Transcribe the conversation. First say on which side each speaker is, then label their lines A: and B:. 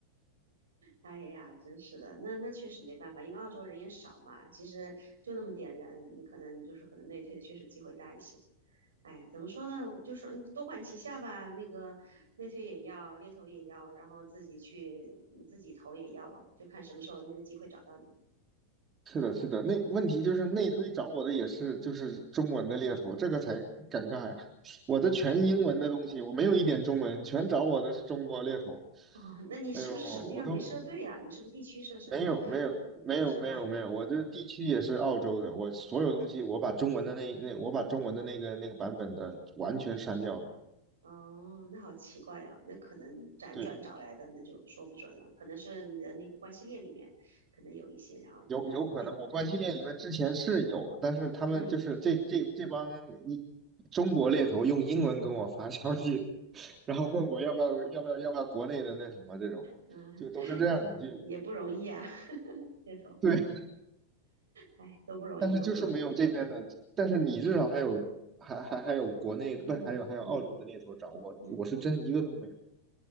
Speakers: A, on the right; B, on the right.
A: 哎呀，真是的，那那确实没办法，因为澳洲人也少嘛，其实就那么点人，你可能就是可能内推的确实机会大一些。哎，怎么说呢？就是嗯多管齐下吧。那个内推也要，猎头也要，然后自己去嗯自己投也要了，就看什么时候那个机会找到你。
B: 是的，是的，那问题就是内推找我的也是就是中文的猎头，
A: 嗯，
B: 这个才尴尬呀。我的全英文的东西，我没有一点中文，全找我的是中国猎头。
A: 哦，那你是不是什么地方没设对啊？
B: 哎呦，我都
A: 你是不是地区设成
B: 没有没有没有没有没有，
A: 是吧？
B: 我这地区也是澳洲的，我所有东西我把中文的那那我把中文的那个那个版本的完全删掉了。
A: 哦，那好奇怪哦。那可能辗转找来的那就说不准了，
B: 对，
A: 可能是你的那个关系链里面可能有一些，然后可能还得退。
B: 有有可能我关系链里面之前是有，但是他们就是这这这帮一中国猎头用英文跟我发消息，
A: 嗯
B: 然后问我要不要要不要要不要国内的那什么这种，
A: 嗯，
B: 就都是这样的，就
A: 也不容易啊，<laughs> 猎头，
B: 对，
A: 哎，都不容易，
B: 但是就是没有这边的，
A: 都不容易。
B: 但是你至少还有还还还有国内的，
A: 嗯。嗯嗯
B: 不还有还有澳洲的猎头找我，
A: 嗯嗯
B: 我是真的一个都没有。